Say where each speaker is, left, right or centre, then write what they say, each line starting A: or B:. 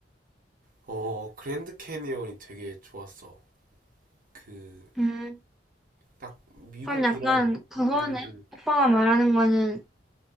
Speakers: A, on the right; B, in the centre.
A: 어, 그랜드 캐니언이 되게 좋았어. 그,
B: 음,
A: 딱 미국이랑,
B: 그럼 약간 그거네.
A: 응, 응, 응.
B: 오빠가 말하는 거는